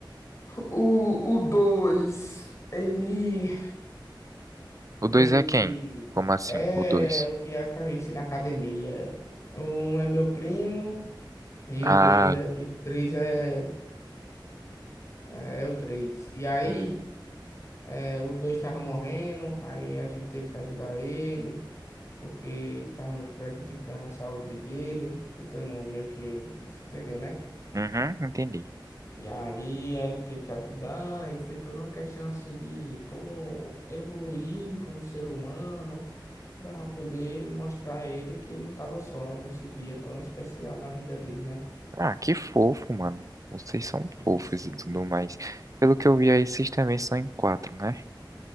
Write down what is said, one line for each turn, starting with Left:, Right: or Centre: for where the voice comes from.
Left: o, o dois, ele
Right: O
Left: meio
Right: 2 é
Left: que
Right: quem? Como assim,
Left: é
Right: o dois
Left: o que acontece na academia. Um é meu primo e
Right: Ah,
Left: o dois é, e o três é, é, é o três. E aí.
Right: hum,
Left: É, o dois tava morrendo, aí a gente teve que ajudar ele, porque ele tava meio que prejudicando a saúde dele, tentando meio que, entendeu, né?
Right: uhum, entendi.
Left: E aí a gente teve que ajudar, e foi toda uma questão assim de como evoluir como ser humano, pra poder mostrar a ele que ele não tava só nesse dia tão especial na vida dele, né?
Right: Ah, que fofo, mano. Vocês são
Left: Sim,
Right: fofos
Left: sim.
Right: e tudo mais. Pelo que eu vi aí, vocês também são em quatro, né?